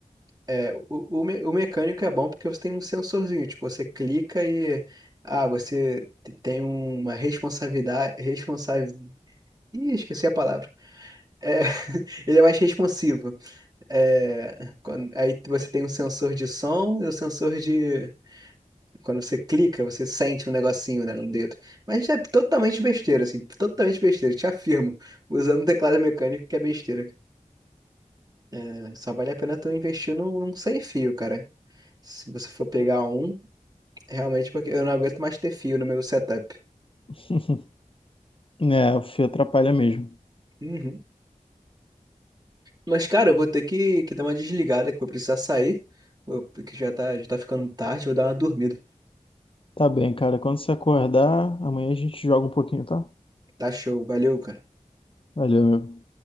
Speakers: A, on the right; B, on the left.
A: É, o, o, me- o mecânico é bom porque você tem um sensorzinho, tipo, você clica e ah, você te- tem uma responsabilidade, responsável, ih, esqueci a palavra. É, <laughs> ele é mais responsivo. É, quando- aí você tem um sensor de som e o sensor de quando você clica, você sente um negocinho, né, no dedo. Mas é totalmente besteira, assim, totalmente besteira, te afirmo, usando um teclado mecânico que é besteira. É, Só vale a pena tu investir num, num sem fio, cara. Se você for pegar um Realmente, porque eu não aguento mais ter fio no meu setup.
B: <laughs> É, o fio atrapalha mesmo.
A: Uhum. Mas, cara, eu vou ter que, que dar uma desligada, que eu vou precisar sair, eu- porque já tá, já tá ficando tarde, vou dar uma dormida.
B: Tá bem, cara. Quando você acordar, amanhã a gente joga um pouquinho, tá?
A: Tá show, valeu, cara.
B: Valeu, meu.